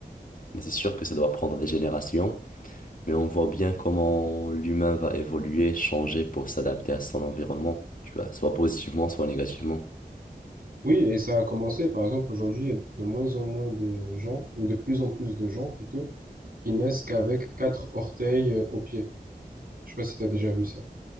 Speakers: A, on the left (about 55°); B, on the right (about 60°).
A: Mais c'est sûr que ça doit prendre des générations, mais on voit bien comment l'humain va évoluer, changer pour s'adapter à son environnement, tu vois, soit positivement, soit négativement.
B: Oui, et ça a commencé, par exemple, aujourd'hui, il y a de moins en moins de gens, ou de plus en plus de gens plutôt, qui naissent qu'avec quatre orteils euh, au pied. Je sais pas si t'as déjà vu ça.